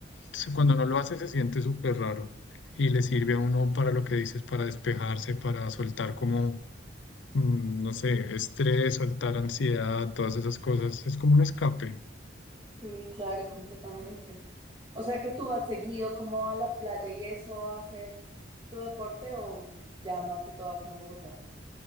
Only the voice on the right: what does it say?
Sí, claro, completamente. O sea que tú has seguido como a la playa y eso a hacer tu deporte o ya más que todo acá en Bogotá.